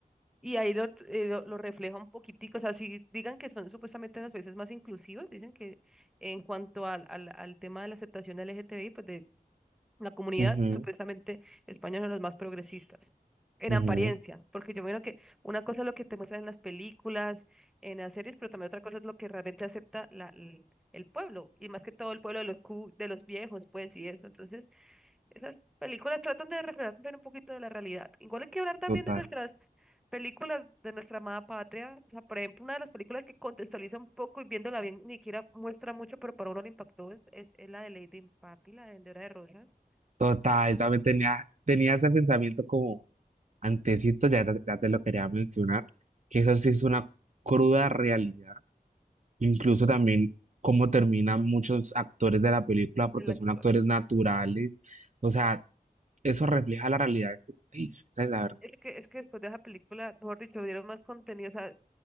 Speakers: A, in the centre; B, on the right (about 50°).
A: Y ahí lo, eh, lo, lo refleja un poquitico, o sea, si digan que son supuestamente las veces más inclusivas dicen que en cuanto al, al, al tema de la aceptación LGTBI, pues de la comunidad,
B: Ujú,
A: supuestamente España son los más progresistas, en
B: ujú,
A: apariencia, porque yo veo que una cosa es lo que te muestran en las películas, en las series, pero también otra cosa es lo que realmente acepta la, l- el pueblo, y más que todo el pueblo de los, cu- de los viejos, pues, y eso. Entonces, esas películas tratan de reflejar también un poquito de la realidad. Igual hay que hablar también
B: Total.
A: de nuestras películas de nuestra amada patria, o sea, por ejemplo, una de las películas que contextualiza un poco y viéndola bien, ni siquiera muestra mucho, pero para uno le impactó, es, es, es la de Lady in Papi, la de Vendedora de Rosas,
B: Total, también tenía, tenía ese pensamiento como antecito, ya, te- ya te lo quería mencionar, que eso sí es una cruda realidad. Incluso también cómo terminan muchos actores de la película porque
A: en la
B: son
A: historia.
B: actores naturales. O sea, eso refleja la realidad de este país, esa es la verdad.
A: Es que, es que después de esa película, mejor dicho, dieron más contenido, o sea,